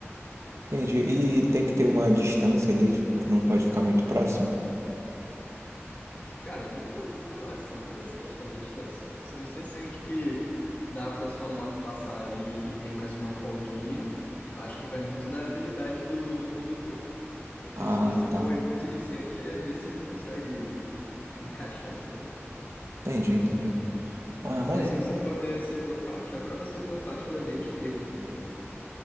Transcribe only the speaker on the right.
Entendi. E tem que ter uma distância ali, tipo, não pode ficar muito próximo.
Ah,
tá.
Entendi, entendi. Ah, maneiro.